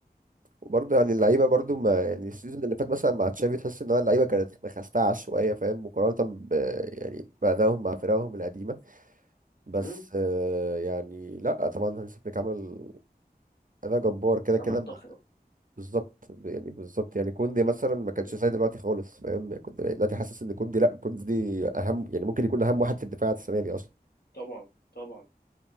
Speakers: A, on the right; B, on the left.
A: وبرضه يعني اللعيبه برضه ما يعني السيزون اللي فات مثلا مع تشافي تحس ان هو اللعيبه كانت مخستعه شويه فاهم مقارنه ب يعني بأدائهم مع فرقهم القديمه بس
B: مم؟
A: آه يعني لا طبعا هانسي فليك عمل اداء جبار كده كده
B: عمل طفره
A: بالظبط يعني بالظبط يعني كوندي مثلا ما كانش
B: مم؟
A: زي دلوقتي خالص فاهم يعني كنت دلوقتي حاسس ان كوندي لا كوندي اهم يعني ممكن يكون اهم واحد في الدفاع السنه دي اصلا
B: طبعا طبعا